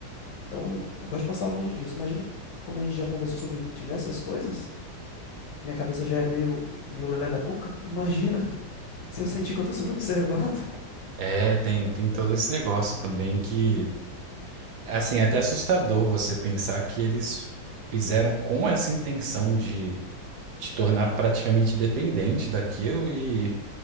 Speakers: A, on the left; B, on the right.
A: Então, eu gosto de passar longe disso. Imagina como a gente já conversou sobre diversas coisas. Minha cabeça já é meio, meio lelé da cuca. Imagina <laughs> se eu sentir que eu tô sendo observado. <laughs>
B: É, tem, tem todo esse negócio também que, assim, é até assustador você pensar que eles fizeram com essa intenção de te tornar praticamente dependente daquilo e,